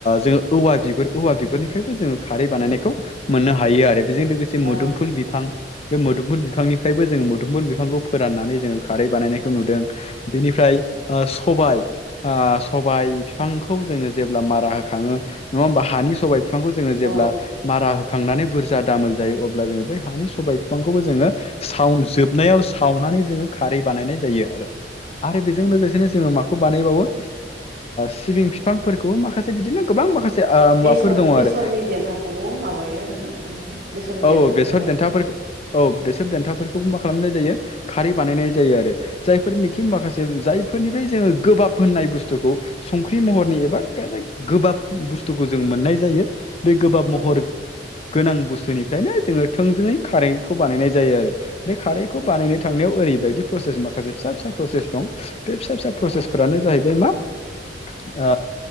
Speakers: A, on the left; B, on the right.
A: जोङो औवा बिगुर औवा बिगुरनिफ्रायबो जोङो खारै बानायनायखौ मोननो हायो आरो। बेजों लोगोसे मोदोमफुल
B: औ
A: बिफां बे मोदोमफुल बिफांनिफ्रायबो जोङो दुबमोन बिफांखौ फोराननानै जोङो खारै बानायनायखौ नुदों बेनिफ्राय ओ सबाइ सबाइ फिफांखौ जोङो जेब्ला मारा होखाङो नङा होमबा हानि सबाइ फिफांखौ जोङो
B: औ
A: जेब्ला मारा होखांनानै बुरज जा दामोल जायो अब्ला जोङो बै हानि सबाइ फिफांखौबो जोङो साव जोब नायाव सावनानै जोङो खारै बानायनाय जायो आरो आरो बेजों
B: औ
A: लोगोसेनो जोङो माख खौ बानायबावो सिबिं फिफां फोरखौबो माखासे बिदिनो गोबां माखासे ओ मुवाफोर
B: बेसर
A: दङ
B: बेसरनि
A: आरो।
B: देन्थाखौबो माबायो आरोना नोंथां बेसरनि
A: औ
B: देन्थाखौहाय
A: औ बेसर देन्थाफोरखो औ बेसर देन्थाफोरखौबो मा खालामनाय जायो खारि बानायनाय जायो आरो जायफोरनिखि
B: औ
A: माखासे जाय फोरनिफ्राय जोङो गोबाब होननाय बुस्थुखौ संख्रि महरनि एबा गोबाब बुस्थुखौ जों मोननाय जायो बे गोबाब
B: औ
A: महर गोनां बुस्थुनि फ्रायनो जोङो थोंजोङै खारैखौ बानायनाय जायो आरो बे खारैखौ
B: औ
A: बानायनो थांनायाव ओरै बायदि प्रसेस माखासे फिसा फिसा प्रसेस दं बे फिसा फिसा
B: औ
A: प्रसेसफ्रानो जाहैबाय मा ओ